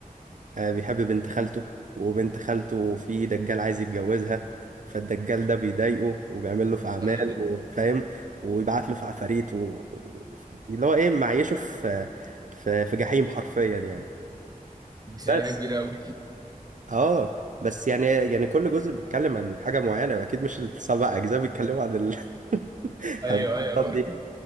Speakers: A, on the right; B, on the right.
A: آه، بيحب بنت خالته وبنت خالته في دجال عايز يتجوزها فالدجال ده بيضايقه وبيعمل له في أعمال
B: لا لا لا
A: وفاهم ويبعت له في عفاريت و... و- اللي هو إيه معيشه في في في جحيم حرفيا يعني
B: دي شريحة
A: بس
B: كبيرة أوي
A: اه بس يعني يعني كل جزء بيتكلم عن حاجة معينة وأكيد مش السبع أجزاء بيتكلموا عن ال... <laughs>
B: <laughs> أيوه
A: عن الحوارات
B: أيوه
A: دي